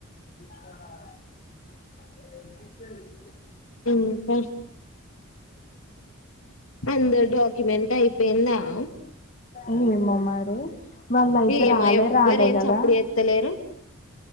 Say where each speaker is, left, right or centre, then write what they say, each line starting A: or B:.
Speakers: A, on the left; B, on the left.
A: <inaudible>
B: ఇంకా అందరి డాక్యుమెంట్ అయిపోయిందా అ
A: ఏమో మరి వాళ్ళు అయితే
B: ఏమో
A: రాలే
B: ఎవ్వరు
A: రాలే
B: ఏం
A: కదా
B: సప్పుడు చేత్తలేరు